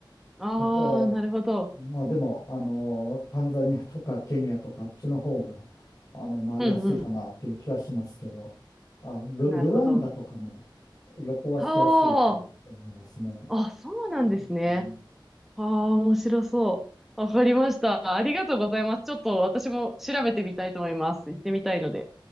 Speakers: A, in the centre; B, on the left.
A: ああ、
B: あと、
A: なるほど。
B: まあでも、あの、タンザニアとかケニアとかあっちの方が、あの、回りやすいかなっていう気はしますけど、
A: うんうん。
B: あ、ル、
A: なるほど。
B: ルワンダとかも旅行はしやすいかなって思いますね。
A: はあ。あ、そうなんですね。
B: うん
A: ああ、面白そう。わかりました。ありがとうございます。ちょっと私も調べてみたいと思います。行ってみたいので。